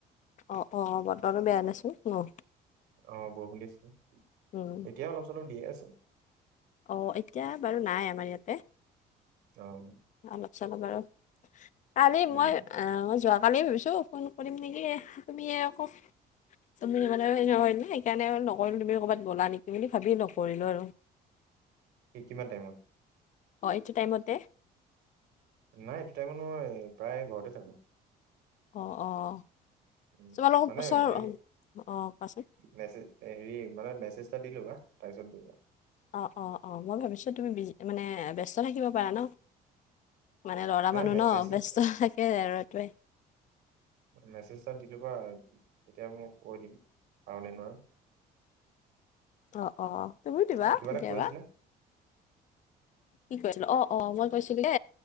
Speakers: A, on the left (about 45°); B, on the right (about 80°).
A: অ' অ' বতৰো বেয়া দেচো ন।
B: অ' বৰষুণ দিছে যে,
A: উম
B: এতিয়া অলপ চলপ দিয়ে আছে।
A: অ' এতিয়া বাৰু নাই আমাৰ ইয়াতে।
B: অ'।
A: অলপ চলপ বাৰু, কালি
B: উম
A: মই আহ মই যোৱাকালি ভাবিছো ফোন কৰিম নেকি? য়ে তুমি য়ে আকৌ তুমি মানে <inaudible> সেইকাৰণে নকৰিলো তুমি ক'বাত গ'লা নেকি বুলি ভাবি নকৰিলো আৰু।
B: কি কিমান টাইমত?
A: অ' এইটো টাইমতে।
B: নাই এইটো টাইমত মই প্ৰায় ঘৰতে থাকোঁ।
A: অ' অ'
B: উম
A: তোমালোকৰ
B: মানে
A: ওচৰ,
B: হেৰি
A: অ' কোৱাচোন।
B: মেছেজ হেৰি মানে মেছেজএটা দি ল'বা, তাৰপিছত কৰিবা।
A: অ' অ' অ' মই ভাবিছো তুমি বিজি মানে ব্যস্ত থাকিব পাৰা ন। মানে ল'ৰা
B: নাই
A: মানুহ
B: মে
A: ন
B: মেছেজ
A: ব্যস্ত থাকে আৰু এইটোৱে।
B: মেছেজ এটা দি ল'বা, তেতিয়া মোক কৈ দিম পাৰো নে নোৱাৰো।
A: অ' অ' তুমিও দিবা
B: অ কিবা
A: কেতিয়াবা।
B: এটা কৈছিলা
A: কি কৈছিলো অ' অ' মই কৈছিলো যে